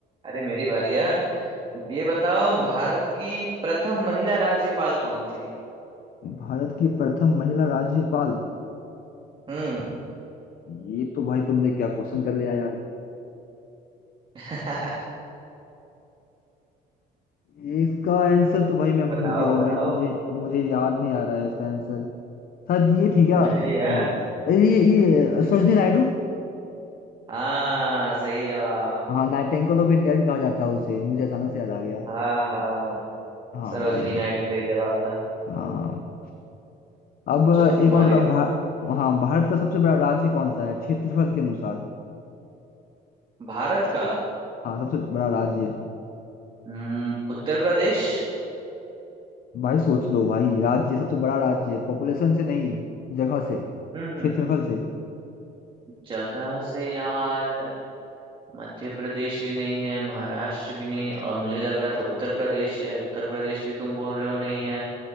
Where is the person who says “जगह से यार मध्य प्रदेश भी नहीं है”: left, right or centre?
Right